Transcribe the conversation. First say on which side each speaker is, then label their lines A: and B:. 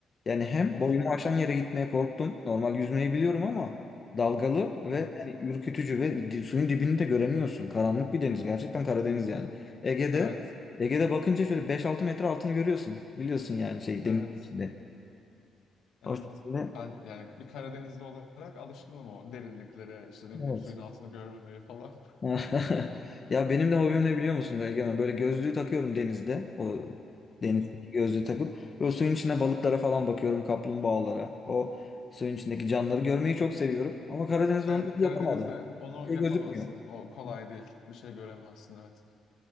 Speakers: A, on the left; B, on the left.
A: Yani hem
B: hı hı.
A: boyumu aşan yere gitmeye korktum. Normal yüzmeyi biliyorum ama dalgalı ve
B: Evet,
A: yani ürkütücü ve di- suyun dibini de göremiyorsun. Karanlık bir deniz. Gerçekten Karadeniz yani. Ege'de
B: evet,
A: Ege'de bakınca şöyle 5-6 metre altını görüyorsun. Biliyorsun yani şey
B: evet,
A: denizin içinde.
B: evet.
A: O şekilde.
B: Ben yani bir Karadenizli olarak alışkınım o derinliklere, işte ne bileyim
A: Evet.
B: suyun altını görmemeye falan.
A: <laughs> Ya benim de hobim ne biliyor musun Egemen? Böyle gözlüğü takıyorum denizde. O denizdeki
B: <laughs>
A: gözlüğü takıp. Ve o suyun içinde balıklara falan bakıyorum. Kaplumbağalara. O suyun içindeki canlıları görmeyi çok seviyorum. Ama Karadeniz'de
B: Evet
A: onu pek
B: Karadeniz'de
A: yapamadım.
B: onu
A: Bir şey
B: yapamazsın.
A: gözükmüyor.
B: O kolay
A: Evet.
B: değil. Bir şey göremezsin evet.